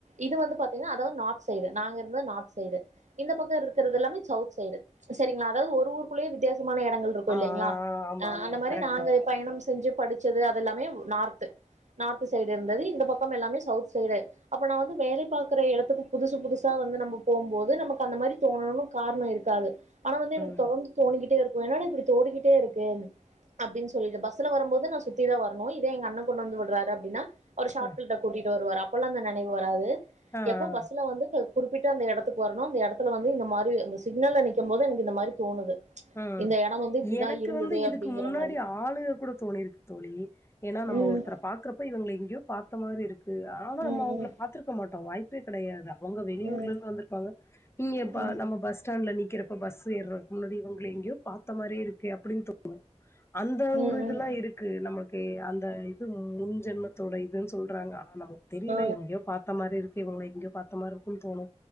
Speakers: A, on the right; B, on the left.
A: இது வந்து பாத்தீங்களா அதாவது நார்த் சைடு நாங்க இருந்தது நார்த் சைடு இந்த பக்கம் இருக்கிறது எல்லாமே சவுத் சைடு சரிங்களா அதாவது ஒரு ஊருக்குள்ளேயே வித்தியாசமான இடங்கள் இருக்கு
B: ஆ ஆ
A: இல்லலைங்களா
B: ஆமா
A: ஆ
B: ஆமா
A: அந்த மாரி
B: கரெக்ட்டு
A: நாங்க பயணம் செ செஞ்ச படிச்சது அது எல்லாமே நார்த் நார்த்து சைடு இருந்தது இந்த பக்க எல்லாமே சவுத் சைடு அப்போ நா வந்து வேலை பார்க்குற இடத்துக்கு புதுசு புதுசா வந்து நம்ம போம்போது நமக்கு அந்த மாரி தோணும்னு காரண இருக்காது ஆனா வந்து எனக்கு
B: ம்
A: தொடர்ந்து தோணிகிட்டே இருக் என்னடா இப்டி தோடிகிட்டே இருக்கு அப்டினு சொலிட்டு பஸ்ல வருபோது நா சுத்தி தா வரணு இதே எங்க அண்ண கொண்டு வந்து விட்ரார் அப்டினா ஒரு ஷாக்பில்ட
B: ஆ
A: கூட்டிட்டு வருவாரப் கொழந்த நெனைவு வராது
B: ஆ ஆ
A: எப்போ பஸ்ல வந்து போய் குறிப்பிட்ட அந்த எடத்துக்கு வரணு அந்த எடத்துல வந்து இந்த மாரி அந்த சிக்னல நிக்கு போது எனக்கு இந்த மாரி தோணுது
B: உ
A: இந்த இடம் வந்து இப்படிதான்
B: எனக்கு
A: இருந்தது
B: வந்து இதுக்கு
A: அப்படிங்கிற
B: முன்னாடி
A: மாதிரி
B: ஆளுக கூட தோனிருக்கு தோழி ஏனா நம்ம
A: ம்
B: ஒருத்தர பாக்குற அப்போ இவங்கள எங்யோ பாத்த மாரி இரு இல்ல ஆனா நம்ம
A: ம்
B: அவங்கள
A: ம்
B: பாத்துருக்க மாட்டோ வாய்ப்பே கடையாது அவங்க வெளியூர்ல
A: ம்
B: இருந்து வந்துருப்பாங்க இங்க ப
A: ம்
B: நம்ம பஸ் ஸ்டாண்டுல நிக் நிக்கிறப்போ பஸ் ஏர்ரக்குள்ளோடி உங்கல எங்கயோ பாத் பாத்த மாரி இருக்கு அப்டினு தோணு அந்த
A: ம்
B: ஒரு இதெல்லா
A: ம்
B: இருக்கு நமக் கே அந்த இது முன் ஜென்மத்தோட இதுன்னு சொல்றாங்க ஆ நமக்கு தெரியல
A: ஆ
B: எங்கேயோ பாத்த மாரி இருக் இவங்கள எங்யோ பாத்த மார்ருக்கு தோனு